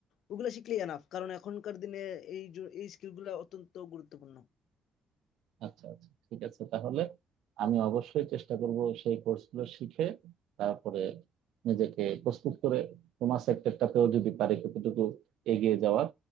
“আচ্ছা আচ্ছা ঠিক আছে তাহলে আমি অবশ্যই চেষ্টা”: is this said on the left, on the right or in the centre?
Right